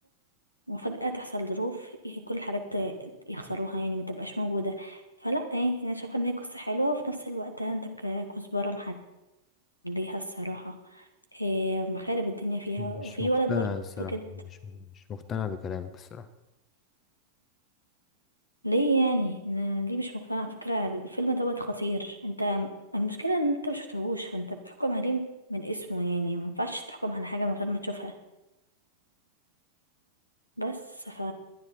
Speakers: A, on the left; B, on the left.
A: وفجأة تحصل ظروف ي- كل الحاجات ت- يخسروها يعني متبقاش موجودة فلا يعني أنا شايفة إن هي قصة حلوة وفي نفس الوقت عندك آه، كزبرة ليها الصراحة إيه مخارب الدنيا فيها
B: مش
A: وفي
B: مقتنع
A: ولد برضو
B: الصراحة
A: كده
B: مش مش مقتنع بكلامك الصراحة
A: ليه يعني أنا ليه مش مقتنع على فكرة الفيلم دوت خطير انت المشكلة ان انت مشفتهوش فانت بتحكم عليه من اسمه يعني مينفعش تحكم على حاجة من غير ما تشوفها بس ف